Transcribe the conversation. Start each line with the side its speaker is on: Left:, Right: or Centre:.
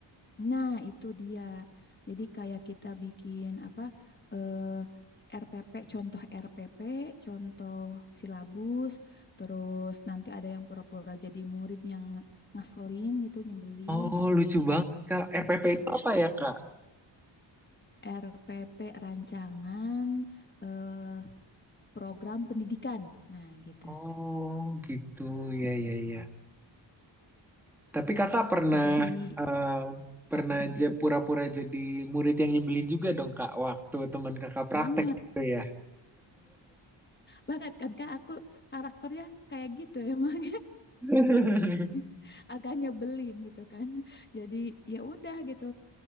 Left: Nah, itu dia. Jadi kayak kita bikin apa eh, RPP, contoh RPP, contoh silabus, terus nanti ada yang pura-pura jadi murid yang ngeselin gitu, nyebelin
Centre: Oh,
Left: kayak
Centre: lucu
Left: gitu.
Centre: banget Kak. RPP itu apa ya Kak?
Left: RPP rancangan eh, program pendidikan. Nah, gitu.
Centre: Oh, gitu. Ya ya
Left: Hmm.
Centre: ya. Tapi kakak pernah
Left: Jadi
Centre: eh, pernah
Left: apa tuh?
Centre: aja pura-pura jadi murid yang nyebelin juga dong kak waktu teman kakak praktek
Left: Banget,
Centre: gitu ya.
Left: banget kan Kak, aku karakternya kayak gitu emang.
Centre: <laughs>
Left: <laughs> agak nyebelin gitu kan. Jadi ya udah gitu,